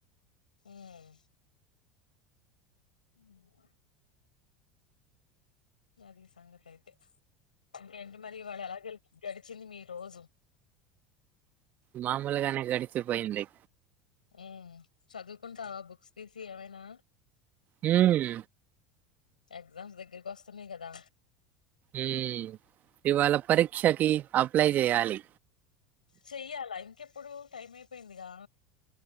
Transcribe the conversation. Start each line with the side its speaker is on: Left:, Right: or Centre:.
Left: అమ్ అమ్ జరీఫ్ సంగతి అయితే ఇంతకీ ఏంటి మరి ఇవాళ్ళ ఎలా జరిగింది గడిచింది మీ రోజు
Right: మామూలుగానే గడిచిపోయింది
Left: ఆమ్ చదువుకుంటావా బుక్స్ తీసి ఏమైనా
Right: హమ్
Left: ఎగ్జామ్స్ దగ్గరికి వస్తున్నాయి కదా
Right: ఉమ్ ఇవాళ పరీక్షకి అప్లై చేయాలి
Left: చెయ్యాలా ఇంకెప్పుడు టైం అయిపోయిందిగా